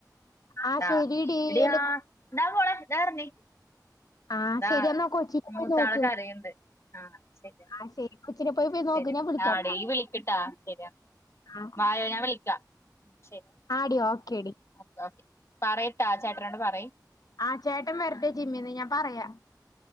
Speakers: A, on the left (about 55°); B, on the left (about 40°).
A: ആഹ്
B: ട്ടോ
A: ശെരിടി
B: എടി
A: എന്റെ
B: ആ ഇതാ മോളെ ഇദാ പറണ്
A: ആഹ്
B: ഇതാ
A: ശരി എന്നാ കൊച്ചിനെ പോയി
B: മൂത്താള്
A: നോക്ക്
B: കരയുണ്ട് ആഹ് ശരി എന്നാ
A: ആഹ് ശരി കൊച്ചിനെ പോയി പോയി
B: ശരി
A: നോക്ക് ഞാൻ വിളിക്കാട്ടാ
B: ആടീ ഇയ്യ് വിളിക്കട്ടാ ശരി എന്നാ
A: ആഹ്
B: വായോ ഞാൻ വിളിക്കാം ശരി
A: ആ ടീ ഓക്കെ ടീ
B: ഓക്കെ ഓക്കെ പറയട്ടോ ചേട്ടനോട് പറയ്
A: ആഹ് ചേട്ടൻ വരട്ടെ ജിമ്മിന്ന് ഞാൻ പറയാ